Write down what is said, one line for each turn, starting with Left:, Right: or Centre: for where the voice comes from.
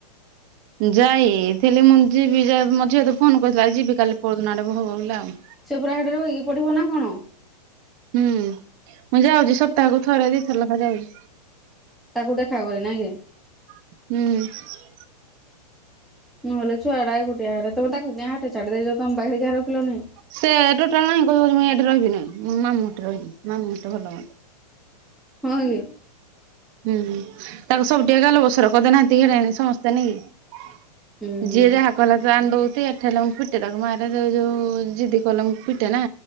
Right: ଯାଇଥିଲି ମୁଁ ଯିବି ଯାଇ ମୋ ଝିଅବତ ଫୋନ କରିଥିଲା ଯିବି କାଲି ପରଦିନ ଆଡକୁ ହବ ବୋଲେ ଆଉ।
Centre: ସେ ପୁରା ସେଠି ରହିକି ପଢିବ ନା କଣ?
Right: ହୁଁ ମୁଁ ଯାଉଛି ସପ୍ତାହକୁ ଥରେ ଦିଥର ଲେଖା ଯାଉଛି।
Centre: ତାକୁ ଦେଖା କରେ ନାଇଁ କି?
Right: ହୁଁ।
Centre: ନହେଲେ ଛୁଆଡା ଏକୁଟିଆ ସେଠି। ତମେ ତାକୁ କିଆଁ ସେଠି ଛାଡ଼ି ଦେଇଛ ତମ ପାଖରେ କିଆଁ ରଖିଲନି?
Right: ସେ ଟୋଟାଲ ନାହିଁ କହୁଚି ମୁଁ ଏଠି ରହିବି ନାହଁ ମାମୁଁଘରେ ରହିବି ମାମୁଁ ଘରେ ଭଲ ମୋର।
Centre: କହନି।
Right: ହୁଁ ତାକୁ ସବୁ ଟିକେ ଗେଲ ବସର କରିଦେନାହାନ୍ତି ଆର ଟିକେ ସମସ୍ତେ ନେଇକି।
Centre: ହୁଁ ହୁଁ।
Right: ଯିଏ ଯାହା କହିଲା ଆଣ ଦଉଛି ଏଠି ହେଲା ମୁଁ ପି ଏଠି ହେଲା ବେଳକୁ ମାରେ ଯୋଉ ଜିଦି କଲେ ମୁଁ ପିଟେ ନା।